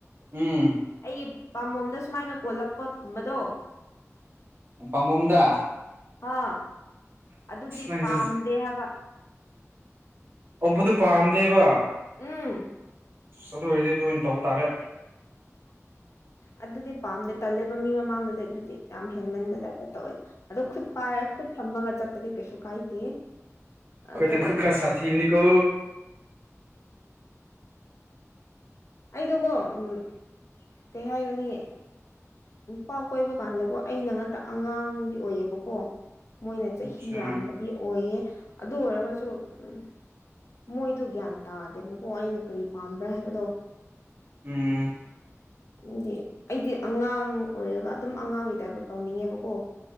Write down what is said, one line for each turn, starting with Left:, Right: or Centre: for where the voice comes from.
Right: ꯎꯝ
Left: ꯑꯩꯒꯤ ꯄꯥꯝꯕꯣꯝꯗ ꯁꯨꯃꯥꯏꯅ ꯀꯣꯜꯂꯛꯄ ꯀꯨꯝꯕꯗꯣ
Right: ꯄꯥꯃꯝꯗ
Left: ꯍꯥ ꯑꯗꯨꯗꯤ
Right: ꯅꯪꯁꯦ
Left: ꯄꯥꯝꯗꯦ ꯍꯥꯏꯕ
Right: ꯎꯕꯗꯨ ꯄꯥꯟꯗꯦꯕ
Left: ꯎꯝ
Right: ꯑ ꯑꯗꯨ ꯑꯣꯏꯔꯗꯤꯗ ꯑꯣꯏꯅ ꯇꯧꯕ ꯇꯥꯔꯦ
Left: ꯑꯗꯨꯗꯤ ꯄꯥꯝꯗꯦ ꯇꯜꯂꯦꯕ ꯃꯤ ꯃꯃꯥꯡꯗꯗꯤ ꯑꯗꯨꯗꯤ ꯌꯥꯝ ꯍꯦꯟꯃꯟꯕꯖꯥꯗ ꯇꯧꯋꯦ ꯑꯗꯣ ꯈꯨꯠꯥꯏ ꯈꯨꯠ ꯁꯝꯃꯒ ꯆꯠꯄꯗꯤ ꯀꯩꯁꯨ ꯀꯥꯏꯗꯦ ꯑꯗꯣ
Right: ꯈꯣꯏꯗ ꯈꯨꯠꯈꯔ ꯁꯥꯊꯤꯕꯅꯤꯀꯣ
Left: ꯑꯩꯗꯒꯣ ꯎꯝ ꯀꯩ ꯍꯥꯏꯒꯅꯤ ꯅꯨꯄꯥ ꯀꯣꯏꯕ ꯀꯥꯟꯗꯀꯣ ꯑꯩꯅ ꯉꯥꯛꯇ ꯑꯉꯥꯡꯒꯤ ꯑꯣꯏꯌꯦꯕ ꯀꯣ ꯃꯣꯏꯅ ꯆꯍꯤ
Right: ꯑꯠꯁꯥ
Left: ꯌꯥꯝꯕꯗꯤ ꯑꯣꯏꯌꯦ ꯑꯗꯨ ꯑꯣꯏꯔꯒꯁꯨ ꯎꯝ ꯃꯣꯏꯗꯣ ꯒ꯭ꯌꯥꯟ ꯇꯥꯗꯦꯕꯀꯣ ꯑꯩꯅ ꯀꯔꯤ ꯄꯥꯝꯕ꯭ꯔꯥ ꯍꯥꯏꯕꯗꯣ
Right: ꯎꯝ
Left: ꯎ ꯑꯩꯗꯤ ꯑꯉꯥꯡ ꯑꯣꯏꯔꯒ ꯑꯗꯨꯝ ꯑꯉꯥꯡꯒꯤ ꯇꯥꯏꯞꯇ ꯇꯧꯅꯤꯡꯉꯦꯕꯀꯣ